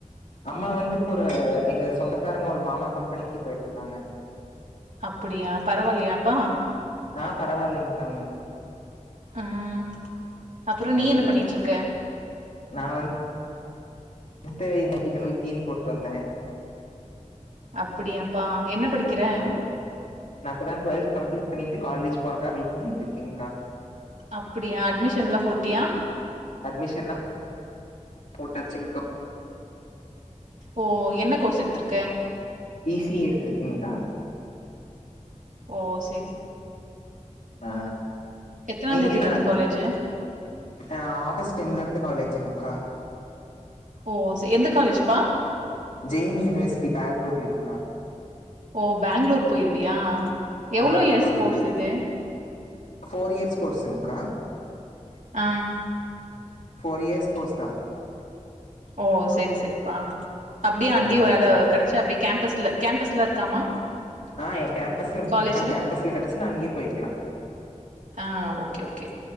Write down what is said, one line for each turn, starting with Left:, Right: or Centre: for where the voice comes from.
Left: அம்மா வந்து இப்பொரு எங்க சொந்தக்காரங்க ஒரு மாமா கம்பெனிக்கு போய்ட்ருக்காங்க
Right: அப்புடியா பரவால்லயாப்பா
Left: ஆ பரவால்லைங்க்கா
Right: ம் அப்பறோ நீ
Left: ஓகே
Right: என்ன பண்ணிட்ருக்க
Left: நா வந் <unintelligible> து இந்நேரத்க் போய் தீனி போட்டு வந்தே
Right: அப்படியாப்பா என்ன படிக்கிற
Left: நா இப்ப தா ட்வெல்த் கம்ப்ளீட் பண்ணிட்டு காலேஜ் போறக்கா வெயிட் பண்ணிட்ருக்கேங்க்கா
Right: அப்டியா அட்மிஷன்ல்லா போட்டியா
Left: அட்மிஷன்லா போட்டாச்சிங்க்கா
Right: ஓ என்ன கோர்ஸ் எடுத்திருக்க
Left: ஈஸி எடுத்துருக்கேங்கா
Right: ஓ செ
Left: ஆ
Right: எத்தனாந்
Left: நீங்க
Right: தேதில
Left: என்னா
Right: இருந்து காலேஜு
Left: ஆ ஆகஸ்ட் டென்லருந்து காலேஜ்ங்கா
Right: ஓ ச- எந்த காலேஜ்ப்பா
Left: ஜே எம் யூனிவர்சிட்டி பேங்ளூர்லங்கா
Right: ஓ பேங்ளுர் போய்ருவியா எவ்ளோ
Left: ஆ
Right: இயர்ஸ்
Left: ஆமாங்க்கா
Right: கோர்ஸ் இது
Left: ஃபோர் இயர்ஸ் கோர்ஸ்ங்கா
Right: ஆ
Left: ஃபோர் இயர்ஸ் கோர்ஸ்தா
Right: ஓ செரி செரிப்பா அப்டியே
Left: ஆ
Right: அங்கயே வேல
Left: ஓகேக்கா
Right: கெடைச்சா அப்டியே கேம்பஸ்ல கேம்பஸ்லா இருக்காமா
Left: ஆ என் கேம்பஸ்ம் இருக்கும்கா
Right: காலேஜ்ல
Left: கேம்பஸ்ல கிடைச்சுனா அங்யே போய்க்லா
Right: ஆ ஓகே, ஓகே.